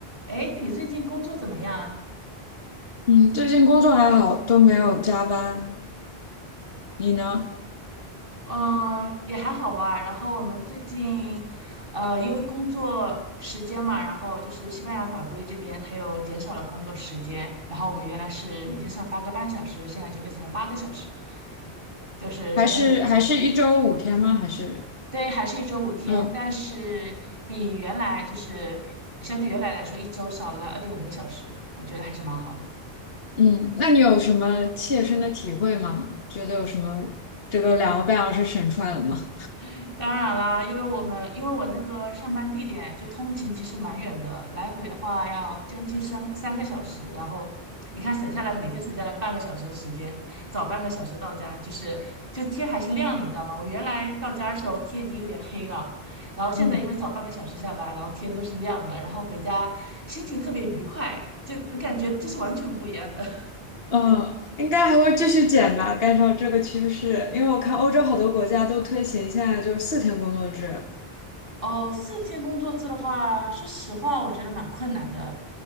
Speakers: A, on the right; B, on the left.
A: 哎，你最近工作怎么样啊？
B: 嗯，最近工作还好，都没有加班。你呢？
A: 呃，也还好吧。然后我们最近，呃，因为工作时间嘛，然后就是西班牙法规这边它又减少了工作时间，然后我们原来是每天上八个半小时，现在就变成了八个小时，就是相当于一个星期。
B: 还是还是一周五天吗？还是
A: 对，还是一周五天，
B: 嗯
A: 但是比原来就是相对原来来说，一周少了二点五个小时，我觉得还是蛮好的。
B: 嗯？那你有什么切身的体会吗？觉得有什么这个两个半小时省出来了吗？
A: <laughs> 当然啦，因为我们因为我那个上班地点就通勤其实蛮远的，来回的话要将近三三个小时，然后你看省下来每天省下来半个小时的时间，早半个小时到家，就是就天还是亮的，你知道吗？我原来到家的时候天已经有点黑了，然后现在因为早半个小时下班，
B: 嗯，
A: 然后天都是亮的，然后回家心情特别愉快，这个感觉这是完全不一样的。
B: 嗯，应该还会继续减吧，按照这个趋势，因为我看欧洲好多国家都推行现在就是四天工作制，
A: 哦，四天工作制的话，说实话，我觉得蛮困难的，